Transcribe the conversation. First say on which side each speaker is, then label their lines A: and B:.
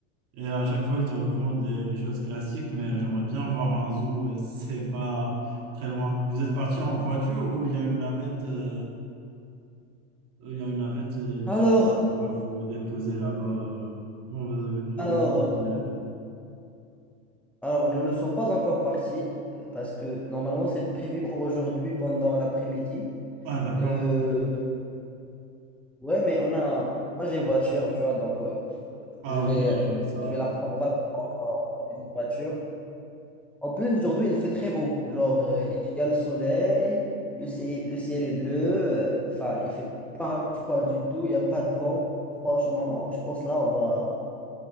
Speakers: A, on the right; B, in the centre.
A: Et à chaque fois, ils te recommandent les, les choses classiques, mais j'aimerais bien voir un zoo, euh, si c'est pas très loin. Vous êtes parti en voiture ou il y a une navette, euh, il y a une navette euh,
B: Alors,
A: qui, qui va vous déposer là-bas? euh, comment vous avez prévu
B: alors,
A: d'y
B: euh,
A: aller?
B: alors, nous ne sommes pas encore partis euh, parce que normalement c'est prévu pour aujourd'hui pendant l'après-midi.
A: Ah, d'accord.
B: Euh, ouais, mais on a, moi j'ai une voiture, tu vois, donc euh,
A: Ah,
B: je vais,
A: ok, euh, ça,
B: je vais la, pre- on va la prendre en voiture. En plus, aujourd'hui, il fait très beau. Genre, euh, il y a le soleil, le ciel, le ciel est bleu. euh, Enfin, il fait pas froid du tout, il n'y a pas de vent. Franchement, je pense là, on va,